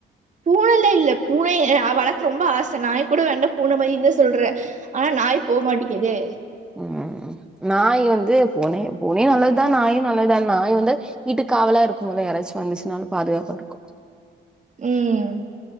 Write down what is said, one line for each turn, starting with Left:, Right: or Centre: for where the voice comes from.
Right: பூனைல்ல இல்ல பூனை எ வழக் ரொம்ப ஆச நாய் கூட வேண்ட பூன மதி இந்தா சொல்ற ஆனா நாய் போ மாட்டிக்கிதே
Centre: ம்ம்ம் நாய் வந்து பூனே பூனையு நல்லத்தா நாயும் நல்லத்தா நாய் வந்து வீட்டுக்காவலா இருக்கும்மொலே யாராச் வந்துச்னாலு பாதுகாப்பா ருக்கு
Right: ம்